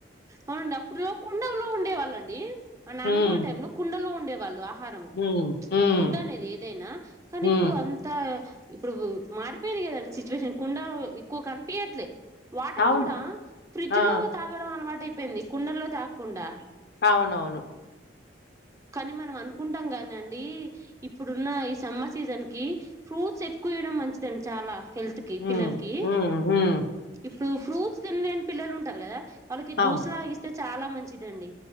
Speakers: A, on the right; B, on the left.
A: అవునండి అప్పుడు కుండలో ఉండేవాళ్ళ అండి ఆ నానమ్మ
B: హ్మ్.
A: లా టైమ్ లో కుండలో ఉండేవాళ్ళు ఆహారము
B: హ్మ్ హ్మ్
A: ఫుడ్ అనేది ఏదైనా కానీ
B: హ్మ్.
A: ఇప్పుడు అంత ఇప్పుడు మారిపోయింది కదండి సిచ్యువేషన్ కుండ ఎక్కువ కనిపియట్లే వాటర్
B: అవును.
A: కూడా ఫ్రిడ్జ్
B: ఆ!
A: లో తాగడం అలవాటు అయిపోయింది కుండల్లో తాగకుండా
B: అవునవును
A: కానీ మనం అనుకుంటాం కాని అండి ఇప్పుడున్న ఈ సమ్మర్ సీజన్ కి ఫ్రూట్స్ ఎక్కువ తినడం మంచిదని చాలా హెల్త్ కి
B: హ్మ్.
A: పిల్లలకి
B: హ్మ్. హ్మ్.
A: ఇప్పుడు ఫ్రూట్స్ తినలేని పిల్లలు ఉంటారు కదా వాళ్ళకి జ్యూస్
B: అవును.
A: లాగిస్తే చాలా మంచిదండి